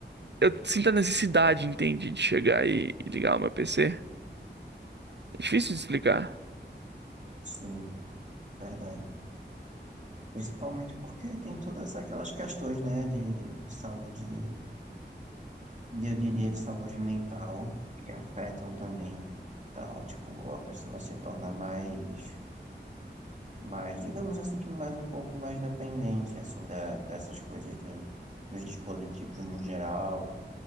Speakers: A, on the right (about 70°); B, on the right (about 40°).
A: eu sinto a necessidade, entende, de chegar e, e ligar o meu PC. É difícil de explicar.
B: sim, verdade. Principalmente porque tem todas aquelas questões, né, de, de saúde eu diria de saúde mental, que afetam também, tal, tipo, a pessoa se torna mais, mais, digamos assim, que mais um pouco mais dependente, assim, da, dessas coisas do- dos dispositivos no geral,